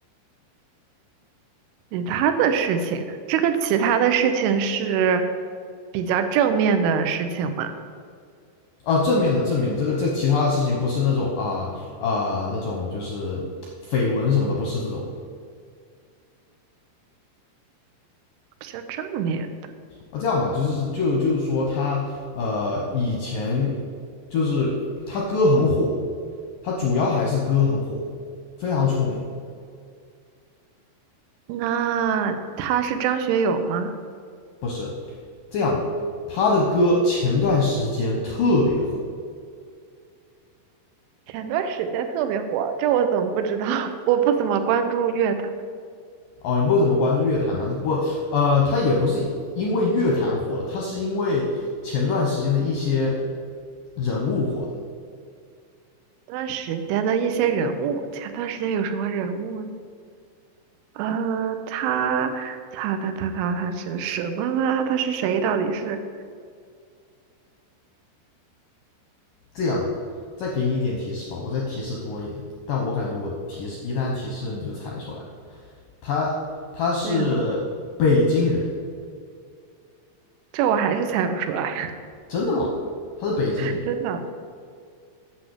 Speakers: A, on the right; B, on the left.
A: 其他的事情，这个其他的事情是比较正面的事情吗？
B: 啊，呃正面的正面的，这个这其他的事情不是那种啊啊、呃呃那种就是绯闻什么的，不是这种
A: 比较正面的。
B: 啊。这样吧，就是就就是说他呃以前就是他歌很火，他主要还是歌很火，非常出名。
A: 那他是张学友吗？
B: 不是这样，他的歌前段时间特别火
A: 前段时间特别火，这我怎么不知道？<laughs> 我不怎么关注乐坛。
B: 哦。你不怎么关注乐坛吗？不，呃，他也不是因为乐坛火了，他是因为前段时间的一些人物火的。
A: 前段时间的一些人物，前段时间有什么人物呢呃，他他他他他他是什么呢？他是谁？到底是
B: 这样，再给你一点提示吧，我再提示多一点。但我感觉我提示一旦提示你就猜出来了。他他是北京人，
A: 嗯，这我还是猜不出来，
B: 真的吗？他是北京人，
A: <laughs> 真的。